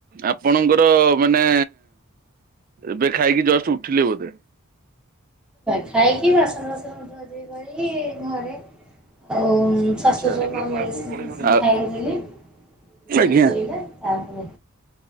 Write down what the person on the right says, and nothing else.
ଆପଣଙ୍କର ମାନେ ଏବେ ଖାଇକି ଜଷ୍ଟ ଉଠିଲେ ବୋଧେ
ଆଚ୍ଛା
ସେଗୁଡା
ମୁଁ
ଆଗକୁ ପଢେଇବି।
ଆଉ
ଆଜ୍ଞା